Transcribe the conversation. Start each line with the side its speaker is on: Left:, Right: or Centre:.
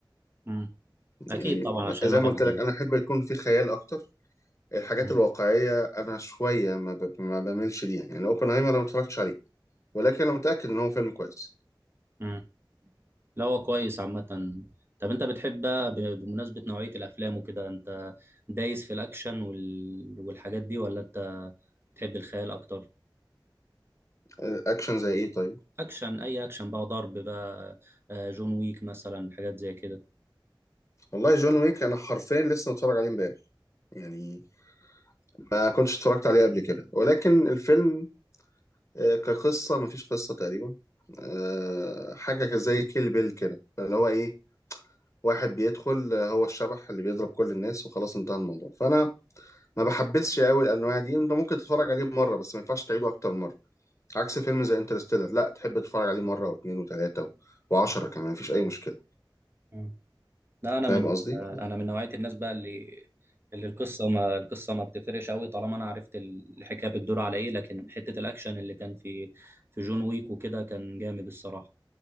Right: مم.
Left: يعني
Right: اكيد طبعا عشان
Left: زي
Right: الواحد
Left: ما قلت لك انا احب يكون في خيال اكتر الحاجات
Right: مم.
Left: الواقعيه انا شويه ما, ب... ما بميلش ليها يعني اوبنهايمر انا ما اتفرجتش عليه ولكن انا متاكد ان هو فيلم كويس
Right: مم. لا هو كويس عامه طب انت بتحب بقى ب- بمناسبه نوعيه الافلام وكده انت دايس في الاكشن وال... والحاجات دي ولا انت بتحب الخيال اكتر
Left: آه، اكشن زي ايه طيب
Right: اكشن اي اكشن بقى ضرب بقى آه، جون ويك مثلا حاجات زي كده
Left: والله جون ويك انا حرفيا لسه متفرج عليه امبارح يعني ما كنتش اتفرجت عليه قبل كده ولكن الفيلم آه، كقصه ما فيش قصه تقريبا آه، حاجه ك- زي كيل بيل كده اللي هو ايه واحد بيدخل آه، هو الشبح اللي بيضرب كل الناس وخلاص انتهى الموضوع فانا ما بحبسش قوي الانواع دي انت ممكن تتفرج عليه مره بس ما ينفعش تعيده اكتر من مره عكس فيلم زي انترستيلر لا تحب تتفرج عليه مره واثنين وثلاثه و... وعشرة كمان مفيش اي مشكله
Right: مم. لا انا
Left: فاهم
Right: من
Left: قصدي
Right: انا من نوعيه الناس بقى اللي اللي القصه ما القصه ما بتفرقش قوي طالما انا عرفت الحكايه بتدور على ايه لكن حته الاكشن اللي كان في في جون ويك وكده كان جامد الصراحه